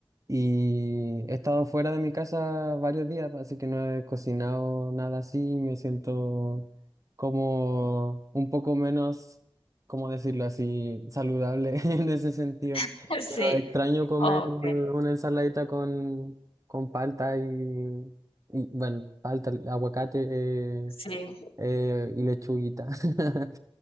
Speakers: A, on the right; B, on the left.
A: Y he estado fuera de mi casa varios días, así que no he cocinado nada así. Me siento como un poco menos, ¿cómo decirlo así? Saludable <laughs> en ese sentido.
B: <laughs> Sí,
A: Pero extraño comer
B: ok,
A: una ensaladita con, con palta y, y, bueno, palta, aguacate eh,
B: sí.
A: eh, y lechuguita. <laughs>